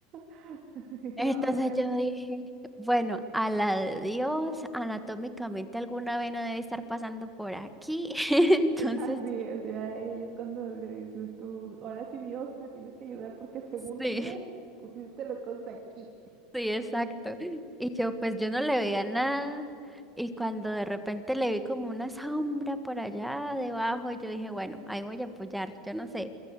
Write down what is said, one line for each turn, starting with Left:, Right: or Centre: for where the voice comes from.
Right: <laughs> No,
Centre: Entonces
Right: ay,
Centre: yo dije, bueno, a la de Dios, anatómicamente alguna vena debe estar pasando por aquí. <laughs> Entonces,
Right: así es, ya ahí es cuando le dices tú, ahora sí Dios, me tienes que ayudar porque según
Centre: sí.
Right: tú pusiste las cosas aquí.
Centre: Sí, exacto. Y yo, pues yo no le veía nada. Y cuando de repente le vi como una sombra por allá debajo, y yo dije, bueno, ahí voy a apoyar, yo no sé.